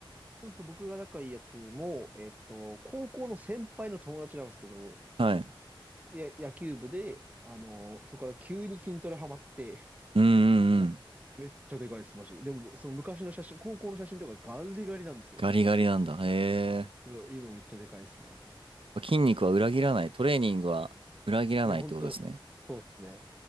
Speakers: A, on the right; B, on the right.
A: でもそう僕が仲いいやつも、えっと、高校の先輩の友達なんですけど、
B: はい。
A: いや、野球部で、あの、そこから急に筋トレハマって、
B: うんうんうん。
A: もう、めっちゃでかいです、マジで。でも、その昔の写真、高校の写真とかガリガリなんですよ。
B: ガリガリなんだ。へえ。
A: いや今めっちゃでかいですね。
B: 筋肉は裏切らない。トレーニングは裏切らないってことですね。
A: いや、本当そうですね。